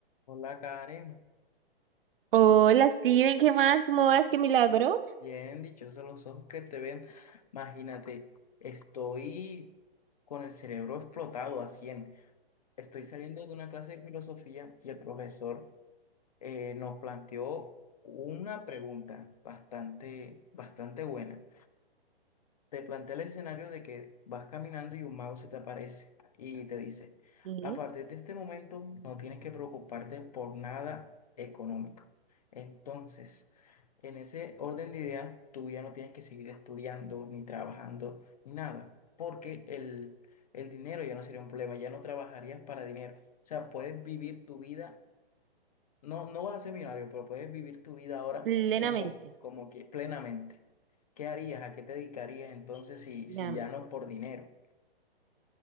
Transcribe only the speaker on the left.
Hola Karen,
bien dichosos los ojos que te ven. Imagínate, estoy con el cerebro explotado a 100. Estoy saliendo de una clase de filosofía y el profesor eh, nos planteó una pregunta bastante, bastante buena. te plantea el escenario de que vas caminando y un mago se te aparece y te dice,
a partir de este momento no tienes que preocuparte por nada económico. Entonces, en ese orden de ideas, tú ya no tienes que seguir estudiando ni trabajando ni nada, porque el, el dinero ya no sería un problema, ya no trabajarías para dinero. O sea, puedes vivir tu vida no, no vas a ser millonario, pero puedes vivir tu vida ahora
como, como que plenamente. ¿Qué harías? ¿A qué te dedicarías entonces si,
si ya no es por dinero?